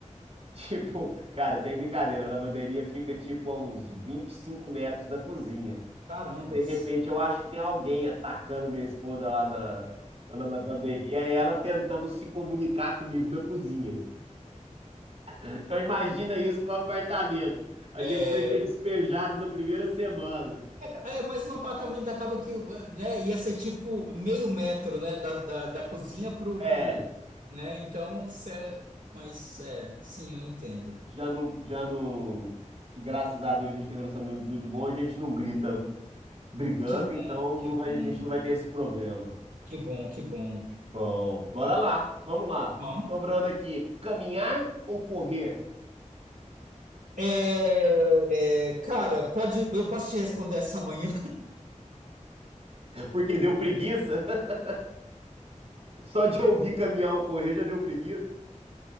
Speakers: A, on the right; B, on the right.
A: Tipo, cara, sem brincadeira, a lavanderia fica tipo a uns 25 metros da cozinha.
B: Carambas.
A: De repente, eu acho que tem alguém atacando minha esposa lá na, lá na lavanderia e ela tentando se comunicar comigo na cozinha. Então, imagina isso no apartamento. A
B: É,
A: gente vai ser despejado na primeira semana.
B: é, é, mas no apartamento acaba que, né, ia ser tipo meio metro, né, da, da, da cozinha pro,
A: É,
B: pro, né, então, cê, é, mas, é, sim, eu entendo.
A: Já não, já não. Graças a Deus a gente tem um relacionamento muito bom, a gente não grita brigando,
B: Que
A: então
B: bom, que
A: não
B: bom,
A: vai- a gente não vai ter esse problema.
B: que bom, que bom.
A: Bom, bora lá, vamos lá.
B: Vamos?
A: Sobrando aqui, caminhar ou correr?
B: É, é, cara, pode, eu posso te responder essa manhã?
A: Porque deu preguiça. <laughs> Só de ouvir caminhar ou correr já deu preguiça.